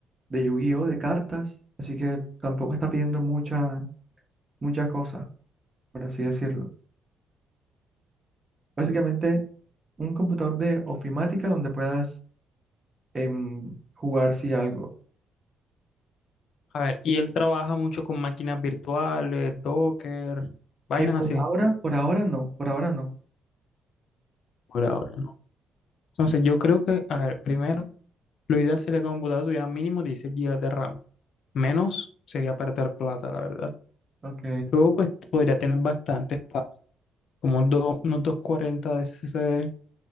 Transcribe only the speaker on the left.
A ver, y él trabaja mucho con máquinas virtuales, Docker, vainas
así,
por ahora, ¿no? Entonces, yo creo que, a ver, primero, lo ideal sería que un computador tuviera mínimo 16 GB de RAM. Menos sería perder plata, la verdad.
Luego, pues podría tener bastante espacio. como do- unos 240 de SSD.